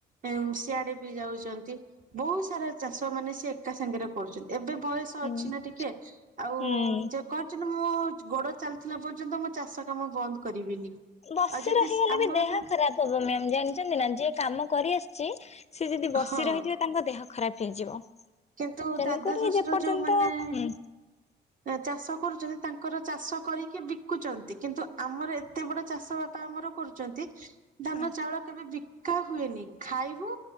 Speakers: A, on the right (about 40°); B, on the left (about 35°).
A: ଏମ୍ ସିଆଡେ ବି ଯାଉଛନ୍ତି ବହୁତ ସାରା ଚାଷ। ମାନେ ସିଏ ଏକାସାଙ୍ଗରେ କରୁଛନ୍ତି ଏବେ ବୟସ
B: ହୁଁ
A: ଅଛି ନା ଟିକେ ଆଉ
B: ହୁଁ।
A: ଯେ। କଉଚନ୍ତି, ମୁଁ ଗୋଡ ଚାଲିଥିଲା ପର୍ଯ୍ୟନ୍ତ ମୁଁ ଚାଷ କାମ ବନ୍ଦ କରିବିନି।
B: ବସି
A: ଆଉ ଯଦି
B: ରହିଗଲେ
A: ଆମର
B: ବି ଦେହ ଖରାପ। <unintelligible> ମ୍ୟାମ୍ ଜାଣିଛନ୍ତି ନା ଯିଏ କାମ କରି ଆସିଛି ସିଏ ଯଦି ବସି
A: ହଁ
B: ରହି ଜିବ ତାଙ୍କ ଦେହ ଖରାପ ହେଇଯିବ।
A: କିନ୍ତୁ
B: ତେଣୁକରି
A: ଦାଦା ଶ୍ୱଶୁର,
B: ଯେପର୍ଯ୍ୟନ୍ତ
A: ଯୋଉ ମାନେ
B: ହୁଁ
A: ଚାଷ କରୁଛନ୍ତି ତାଙ୍କର ଚାଷ କରିକି ବିକୁଚନ୍ତି। କିନ୍ତୁ ଆମର ଏତେ ବଡ଼ ଚାଷ ବାପା ଆମର କର୍ ଚନ୍ତିଧାନ,
B: ହଁ।
A: ଚାଉଳ, କେବେ ବିକ୍ କା ହୁଏନି ଖାଇବୁ